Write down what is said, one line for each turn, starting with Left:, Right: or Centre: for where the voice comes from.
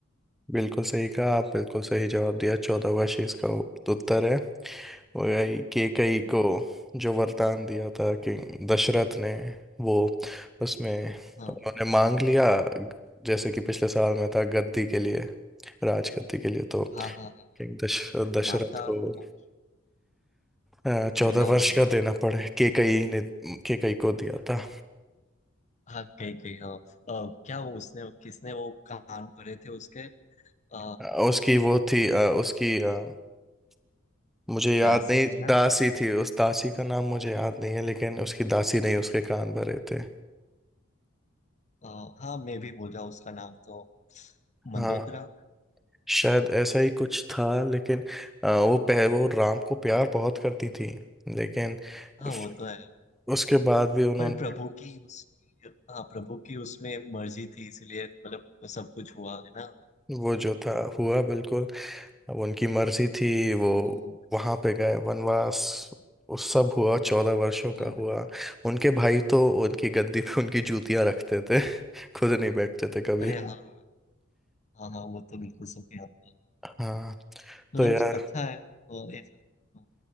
Centre: बिल्कुल सही कहा आप बिल्कुल सही जवाब दिया चौदह वर्ष
Left: हाँ
Centre: ही इसका उत- उत्तर है और यही केकई
Left: हाँ
Centre: को जो वरदान दिया था कि दशरथ ने वो उसमें
Left: हाँ
Centre: उन्होंने मांग लिया जैसे कि पिछले साल में था गद्दी के लिए राजगद्दी के लिए तो
Left: हाँ हाँ हाँ।
Centre: किंग दश, दशरथ
Left: माता
Centre: को
Left: कौन
Centre: चौदह
Left: मैं नाम
Centre: वर्ष
Left: भूल
Centre: का
Left: रहा हूँ
Centre: देना पड़े केकई ने केकई को दिया था
Left: हाँ कही कही हाँ अ, क्या वो उसने किसने वो कान भरे थे उसके अ,
Centre: अ, उसकी वो थी अ, उसकी अ, मुझे याद
Left: दासी
Centre: नहीं
Left: थे ना
Centre: दासी थी उस दासी का नाम मुझे याद नहीं है लेकिन उसकी दासी नहीं उसके कान भरे थे
Left: अ, हाँ मैं भी बोल रहा हूँ उसका नाम तो मंदोदरा
Centre: हाँ शायद ऐसा ही कुछ था लेकिन अ, वो पह वो राम को प्यार बहुत करती थी लेकिन
Left: हाँ
Centre: फ-
Left: वो तो है
Centre: उसके बाद भी उन्होंने
Left: पर प्रभु की उसकी हाँ प्रभु की उसमें मर्जी थी इसीलिए मतलब सब कुछ हुआ है ना
Centre: वो जो था हुआ बिल्कुल अब उनकी मर्जी थी वो
Left: हम्म,
Centre: वहां पे गए वनवास उस सब हुआ चौदह वर्षों
Left: हाँ
Centre: का हुआ उनके भाई तो उनकी गद्दी पे उनकी जूतियां रखते थे <laughs> खुद नहीं बैठते थे कभी
Left: अरे हाँ हाँ हाँ वो तो बिल्कुल सही कहा आपने
Centre: हाँ
Left: मतलब
Centre: तो यार
Left: अच्छा है हाँ, ऐसा हाँ,